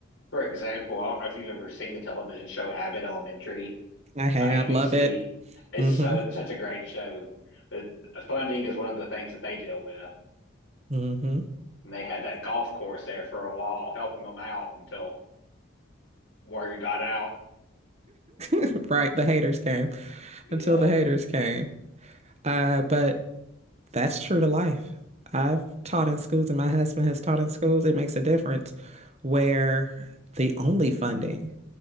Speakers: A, on the left (about 70°); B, on the right (about 30°).
A: For example, I don't know if you've ever seen the television show Abbott Elementary
B: I have,
A: on ABC.
B: love it.
A: It's
B: Mm-hmm.
A: so it's such a great show. The funding is one of the things that they deal with.
B: Mm-hmm.
A: And they had that golf course there for a while, helping them out until word got out.
B: <laughs> right. The haters came.
A: Yep.
B: until the haters came. Uh, but that's true to life. I've taught in schools, and my husband has taught in schools. It makes a difference where the only funding